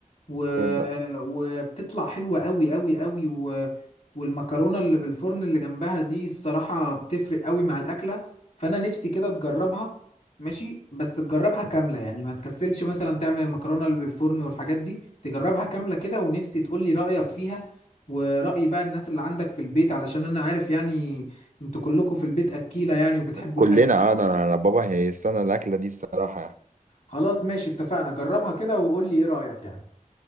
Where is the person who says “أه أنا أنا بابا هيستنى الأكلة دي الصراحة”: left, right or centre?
Right